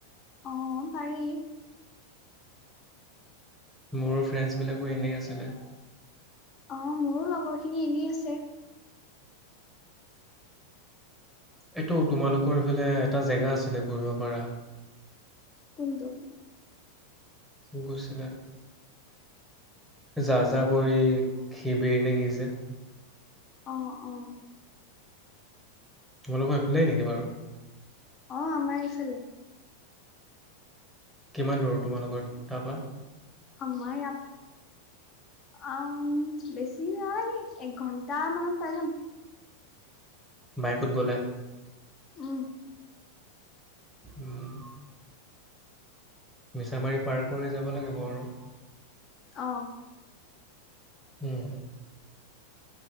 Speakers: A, on the left (about 30°); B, in the centre.
A: অঁ পাৰি
B: মোৰ ফ্ৰেণ্ডছবিলাকো এনেই আছিলে
A: অঁ মোৰো লগৰ খিনি এনেই আছে
B: এইটো তোমালোকৰ ইফালে এটা জেগা আছিলে ঘূৰিব পাৰা
A: কোনটো
B: গৈছিলে যা যা বৰি শিবিৰ নে কি যে
A: অ অ
B: তোমালোকৰ এইফালেই নেকি বাৰু
A: অ আমাৰ এইফালে
B: কিমান দূৰ তোমালোকৰ তাপা
A: আমৰ ইয়া আ বেছি নালাগে এক ঘন্টা মানত পাই যাম
B: বাইকত গ'লে
A: উম
B: উম মিছামাৰী পাৰ কৰি যাব লাগিব আৰু
A: অ
B: উম